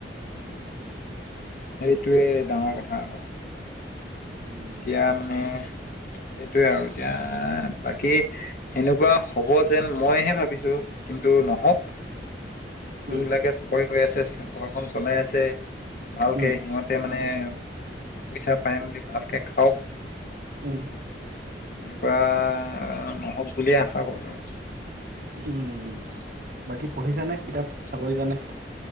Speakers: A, on the left; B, on the right.
A: সেইটোৱে ডাঙৰ কথা আকৌ
B: উম
A: এতিয়া মানে সেইটোৱেই আৰু এতিয়া বাকী সেনেকুৱা হব যেন মইহে ভাবিছো কিন্তু নহওক যোনবিলাকে
B: উম
A: চাকৰি কৰি আছে ঘৰখন চলাই আছে ভালকে
B: উম
A: সিহঁতে মানে দু পইচা পাইম বুলি ভাল তাকে খাওক
B: উম
A: এনেকুৱা নহক বুলিয়ে আশা কৰো আৰু
B: উম বাকী পঢ়িছানে কিতাপ চাকৰি কাৰণে?